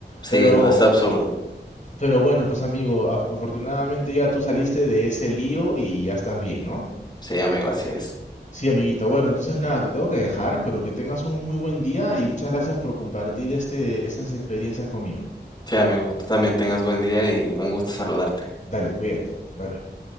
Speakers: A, on the left (about 45°); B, on the left (about 25°).
A: Pero,
B: Sí, no, es absurdo.
A: pero bueno, pues amigo, af- afortunadamente ya tú saliste de ese lío y ya estás bien, ¿no?
B: Sí, amigo, así es.
A: Sí, amiguito. Bueno, entonces nada, te tengo que dejar, pero que tengas un muy buen día y muchas gracias por compartir este, estas experiencias conmigo.
B: Sí, amigo, tú también tengas buen día y un gusto saludarte.
A: Dale, cuídate. Bye bye.